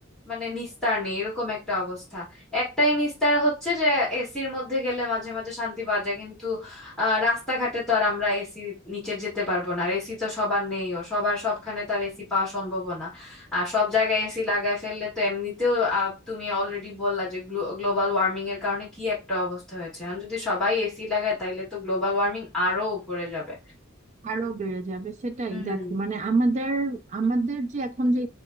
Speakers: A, in the centre; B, on the right (about 35°).
A: মানে নিস্তার নেই এরকম একটা অবস্থা একটাই নিস্তার হচ্ছে যে এসির মধ্যে গেলে মাঝে মাঝে শান্তি পাওয়া যায় কিন্তু আহ, রাস্তাঘাটে তো আর আমরা এসি নিচে যেতে পারবো না আর এসি তো সবার নেইও সবার সবখানে তো আর এসি পাওয়া সম্ভব না আর সব জায়গায় এসি লাগায় ফেললে তো এমনিতেও আহ, তুমি অলরেডি বললা যে গ্লোবাল ওয়ার্মিং এর কারণে কি একটা অবস্থা হয়েছে আর যদি সবাই এসি লাগায় তাইলে তো গ্লোবাল ওয়ার্মিং আরো উপরে যাবে
B: আরো বেড়ে যাবে সেটাই
A: হুম
B: দেখো মানে আমাদের আমাদের যে এখন যে